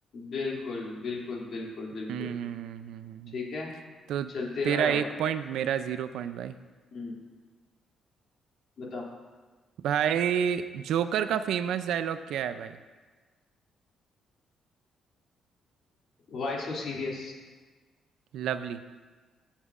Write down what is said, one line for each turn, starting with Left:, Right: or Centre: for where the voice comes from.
Left: बिल्कुल बिल्कुल बिल्कुल
Right: हम्म
Left: बिल्कुल
Right: हम्म, हम्म, हम्म,
Left: ठीक
Right: हम्म।
Left: है
Right: तो
Left: चल तेरा
Right: तेरा
Left: बारी
Right: एक पॉइंट मेरा जीरो पॉइंट भाई
Left: हम्म बता
Right: भाई जोकर का फेमस डायलॉग क्या है भाई
Left: Why so serious
Right: लवली